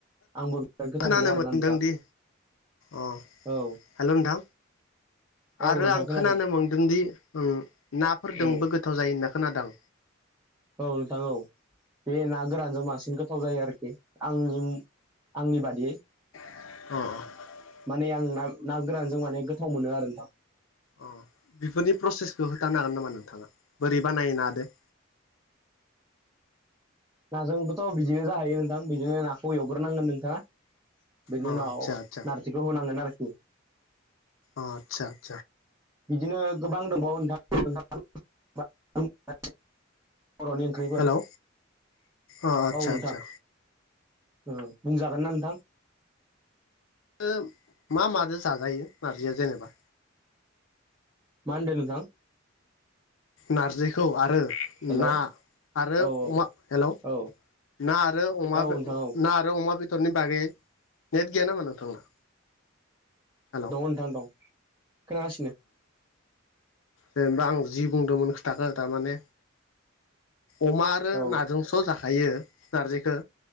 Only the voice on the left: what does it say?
खोनानो
मोनदोंदि
अ
हेल' नोंथां
आरो
आं
खोनानो मोनदोंदि नाफोरजोंबो
गोथाव जायो ना खोनादां
औ
अ बेफोरनि प्रसेसखौ होथानो हागोन नामा नोंथाङा बोरै बानायो नादो
अ
आदसा आदसा
अ आतसा आसा
हेलौ अ आतसा
आतसा
<unintelligible> मा मादो जाजायो नारजिया जेनेबा?
नारजिखौ आरो
ना आरो
अमा हेल'
ना आरो अमा
ना आरो अमा बेदरनि बागै नेट गैया नामा नों थांना? हेल' अ
जेनेबा आं जि बुंदोंमोन खोथाखौ थारमाने अमा आरो
नाजोंस' जाखो हायो नारजिखौ